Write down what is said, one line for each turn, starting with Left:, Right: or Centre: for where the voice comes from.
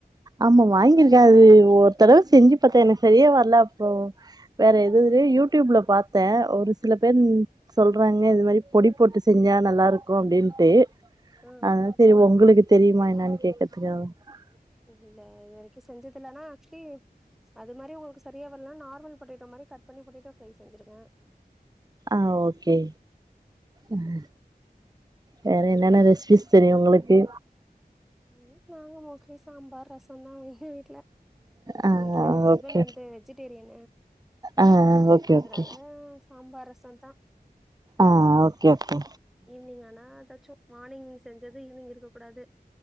Right: ஆமா வாங்கியிருக்க அது ஒரு தடவ செஞ்சி பாத்தே எனக்கு சரியா வரல அப்புறோ வேற எது யூடியூப்ல பாத்தே ஒரு சில பேர் சொல்றாங்க இது மாரி பொடி போட்டு செஞ்சா நல்லா இருக்கு அப்டின்ட்டு
Centre: ஆ ஆ
Right: அதனால செரி உங்களுக்கு தெரியுமா என்னன்னு கேக்குறதுக்காக தா
Centre: இல்ல இது வரைக்கு செஞ்சதில்ல ஆனா ஆக்சுலி அது மாரி உங்களுக்கு சரியா வரலன்னா நார்மல் பொட்டேட்டோ மாரி கட் பண்ணி பொட்டேட்டோ ஃப்ரை செஞ்சிருங்க
Right: ஆ ஓகே ம் வேற என்னென்ன ரெசிபிஸ் தெரியு உங்களுக்கு
Centre: ம் நாங்க மோஸ்ட்லி சாம்பார் ரசம் தா எங்க வீட்ல
Right: ஆ
Centre: வீட்ல ஹஸ்பண்ட்
Right: ஓகே
Centre: வந்து வெஜிடேரியன்
Right: ஆ ஓகே
Centre: அதனால
Right: ஓகே
Centre: சாம்பார் ரசந்தா
Right: ஆ ஓகே ஓகே
Centre: ஈவ்னிங் ஆனா ஏதாச்சு மார்னிங் செஞ்சது ஈவ்னிங் இருக்க கூடாது